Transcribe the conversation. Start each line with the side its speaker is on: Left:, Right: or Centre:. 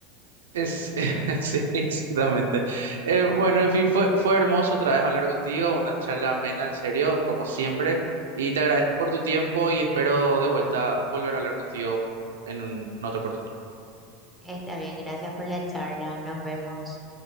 Right: es, <laughs> sí, exactamente. Eh, bueno, en fin, fue, fue hermoso otra vez hablar contigo, una charla amena, en serio, como siempre, y te agradezco por tu tiempo y espero de vuelta volver a hablar contigo en un- en otra oportunidad.
Centre: Está bien, gracias por la charla. Nos vemos.